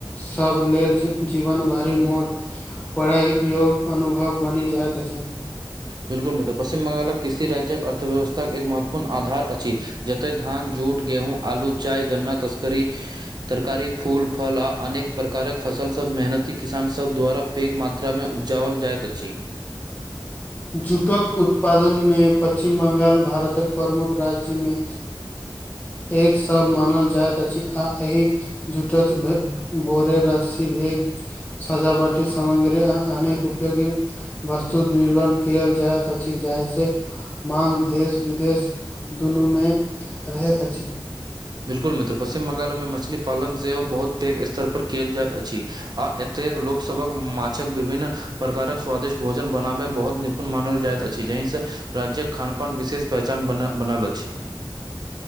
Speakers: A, on the left; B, on the right.
A: सब लेल जीवन भरि मोट। पढ़ाइ योग अनुभव बनि जाइत अछि।
B: बिल्कुल मित्र पश्चिम बंगालक किसी राज्यक अर्थव्यवस्थाके एक महत्वपूर्ण आधार अछि। जतय धान जूट गेहूँ आलू चाय गन्ना तस्करी। तरकारी फूल फल आ अनेक प्रकारक फसलसभ मेहनती किसान सभ द्वारा। पैघ मात्रामे उपजाओल जाइत अछि।
A: जूटक उत्पादन मे पश्चिम बंगाल भारतक प्रमुख राज्यमे। एक सब मानल जाइत अछि आ एहि। झूठच भोरे रस्सी भेग। सजावटी समाग्री आ अनेक उपयोगी बस्तु निर्वण कियल जायत तऽ अछि जाहि से माँग देश विदेश दुनूमे रहैत अछि।
B: बिल्कुल मित्र, पश्चिम ब्ंगालमे मछली पालन सेहो बहुत पैघ स्तरपर कयल जाइत अछि। आ एतेक लोकसभक माछक विभिन्न प्रकारक स्वादिष्ट भोजन बनाबऽ मे बहुत निपुण मानल जाइत अछि जाहिसे राज्यक खानपान विशेष पहचान बन बनल अछि।